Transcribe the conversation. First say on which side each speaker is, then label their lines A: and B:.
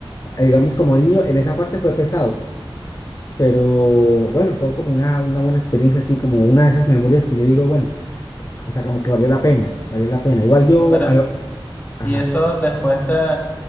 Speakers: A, on the left; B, on the left.
A: digamos, como niño, en esa parte fue pesado. Pero bueno, fue como una, una buena experiencia, así como una de esas memorias que yo digo, bueno. O sea, como que valió la pena, valió la pena. Igual yo,
B: Claro,
A: a lo- ajá,
B: y eso después te...